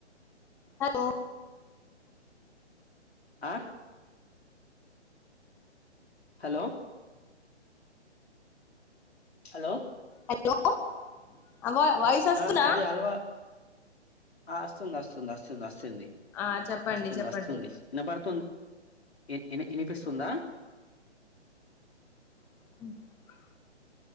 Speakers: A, in the centre; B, on the left.
A: హ <inaudible>
B: అ హలో హలో
A: హ <inaudible> అవ్వ వయిస్ ఒస్తుతునా
B: ఆ అది అలవా ఆ అస్తుంది అస్తుంది అస్తుంది అస్తుంది
A: ఆ చెప్పండి
B: అస్తుంది
A: చెప్పండి
B: అస్తుంది ఇనబడుతుంది ఇ ఇ ఇనిపిస్తుందా
A: <inaudible>